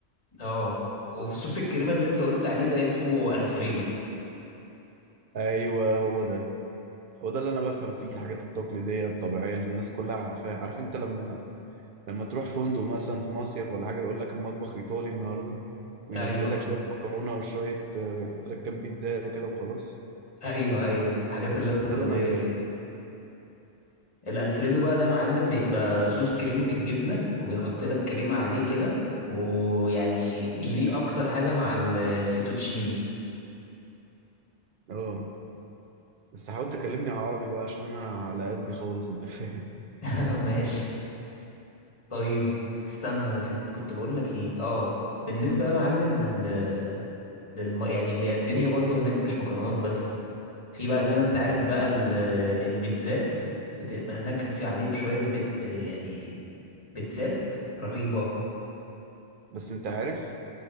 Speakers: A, on the left; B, on the right.
A: اه وفي صوص الكريمة اللي انت قلت عليه ده اسمه الفريدو
B: ايوه هو ده هو ده اللي انا بفهم فيه الحاجات التقليديه الطبيعيه اللي الناس كلها عارفاها عارف انت لما لما تروح فندق مثلا في مصيف ولا حاجة يقول لك المطبخ إيطالي النهاردة وينزل
A: ايوه
B: لك شوية مكرونة وشوية آه، ويحط لك كام بيتزا كده وخلاص
A: ايوه ايوه الحاجات اللي هي التقليدية
B: ده اللي أنا فاهم
A: دي
B: فيه
A: الالفريدو بقى ده معلم بيبقى صوص كريمي بالجبنة وبيحط لك كريمة عليه كده ويعني بيليق اكتر حاجة مع الفيتوتشيني
B: اه بس حاول تكلمني عربي بقى عشان أنا على قدي خالص أنت فاهم
A: <laughs> ماشي طيب استنى نسيت كنت بقول لك ايه اه بالنسبة يا معلم لل للم... يعني اللي هي الدنيا برضو هناك مش مكرونات بس في بقى
B: اه
A: زي ما انت عارف بقى ال- البيتزات بتبقى هناك في عليهم شوية بيت يعني بيتزات رهيبة
B: بس أنت عارف